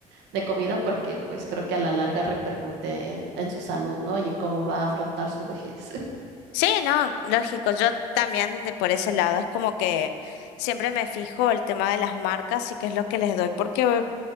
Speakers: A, on the right (about 70°); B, on the left (about 65°).
A: de comida porque pues creo que a la larga repercute en, en su salud, ¿no? Y en cómo va a afrontar su vejez. <laughs>
B: Sí, no, lógico, yo también de por ese lado es como que siempre me fijo el tema de las marcas y qué es lo que les doy, porque